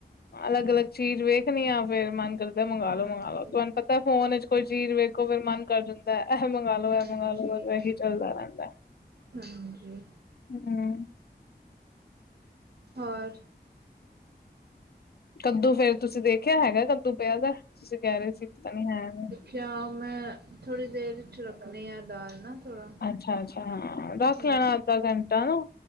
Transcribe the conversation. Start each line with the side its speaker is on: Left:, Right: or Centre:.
Left: ਅਲੱਗ-ਅਲੱਗ ਚੀਜ਼ ਵੇਖਣੀ ਆ ਫੇਰ ਮਨ ਕਰਦਾ ਮੰਗਾ
Right: ਹਾਂਜੀ
Left: ਲੋ ਮੰਗਾ ਲੋ ਤੁਹਾਨੂੰ ਪਤਾ ਫੋਨ ਵਿੱਚ ਕੋਈ ਚੀਜ਼ ਵੇਖੋ ਫੇਰ ਮਨ ਕਰ ਜਾਂ ਤੈ ਇਹੇ ਮੰਗਾ ਲੋ
Right: ਹਾਂਜੀ
Left: ਇਹ ਮੰਗਾ ਲੋ ਇਹੀ ਚੱਲਦਾ ਰਹਿੰਦਾ।
Right: ਹਾਂਜੀ
Left: ਹੂੰ
Right: ਹੋਰ
Left: ਕੱਦੂ ਫੇਰ ਤੁਸੀਂ ਦੇਖਿਆ ਹੈਗਾ ਕੱਦੂ ਪਿਆ ਦਾ, ਤੁਸੀਂ ਕਹਿ ਰਹੇ ਸੀ ਪਤਾ ਨੀ ਹੈ ਨੀ।
Right: ਕਿਆ ਮੈਂ, ਥੋੜ੍ਹੀ ਦੇਰ 'ਚ ਰੱਖਣੀ ਆ ਦਾਲ ਨਾ। ਥੋੜਾ
Left: ਅੱਛਾ-ਅੱਛਾ ਹਾਂ ਰੱਖ
Right: ਹਮ
Left: ਲੈਣਾ ਅੱਧਾ ਘੰਟਾ ਨਾ।